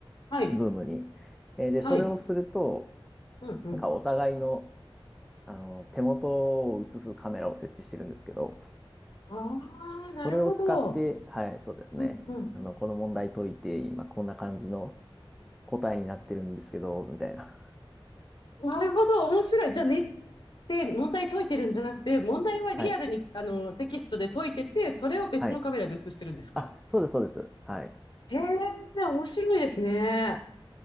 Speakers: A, on the left; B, in the centre.
A: はい。
B: ズームに。えーで、
A: はい。
B: それをすると、
A: うんうん。
B: なんかお互いの、あの、手元を映すカメラを設置してるんですけど、
A: ああ、なるほど。
B: それを使って、はい、そうですね。
A: うんうん。
B: あの、この問題解いて、今こんな感じの答えになってるんですけど、みたいな。
A: なるほど、面白い。じゃあ、ねって問題解いてるんじゃなくて、問題はリアルに、
B: はい。
A: あの、テキストで解いてて、それを別のカメラで映してるんですか
B: はい。あ、そうです、そうです。はい。
A: へえ、面白いですね。